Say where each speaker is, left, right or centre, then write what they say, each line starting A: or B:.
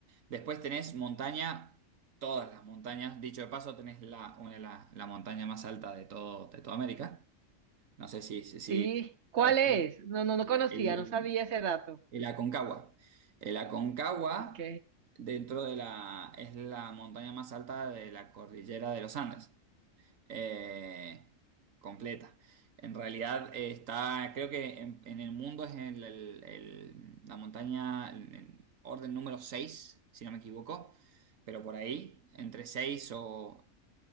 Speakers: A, on the right (about 80°); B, on the right (about 60°).
A: Después tenés montaña, todas las montañas. Dicho de paso, tenés la, una de la, la montaña más alta de todo, de toda América. No sé si, si, si-
B: Sí. ¿Cuál
A: ¿sabes?
B: es? No, no, no
A: El,
B: conocía,
A: el-
B: no sabía ese dato.
A: el Aconcagua. El Aconcagua,
B: Ok.
A: dentro de la, es la montaña más alta de la cordillera de los Andes eh, completa. En realidad eh, está, creo que en, en el mundo es el- el- el- la montaña en en orden número 6, si no me equivoco, pero por ahí, entre 6 o